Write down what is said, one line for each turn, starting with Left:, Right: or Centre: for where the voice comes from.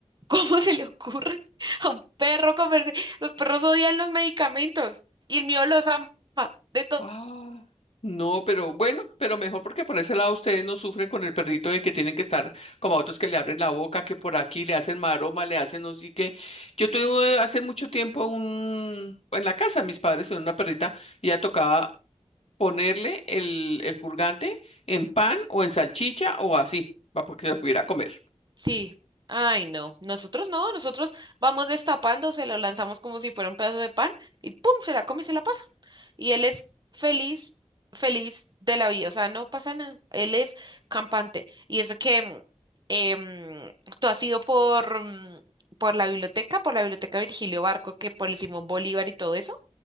Right: ¿Cómo se le ocurre a un perro comer? Los perros odian los medicamentos y el mío los ama de todo.
Left: Ah. No, pero bueno, pero mejor porque por ese lado ustedes no sufren con el perrito de que tienen que estar como a otros que le abren la boca, que por aquí le hacen maroma, le hacen no sé qué. Yo tuve hace mucho tiempo un, en la casa, mis padres tuvieron una perrita y ella tocaba ponerle el, el purgante en pan o en salchicha o así, para que lo pudiera comer.
Right: Sí. Ay, no. Nosotros no. Nosotros vamos destapando, se lo lanzamos como si fuera un pedazo de pan y pum, se la come y se la pasa. Y él es feliz, feliz de la vida. O sea, no pasa nada. Él es campante. Y eso que mm, em, tú has ido por, mm, por la biblioteca, por la biblioteca Virgilio Barco, que por el Simón Bolívar y todo eso.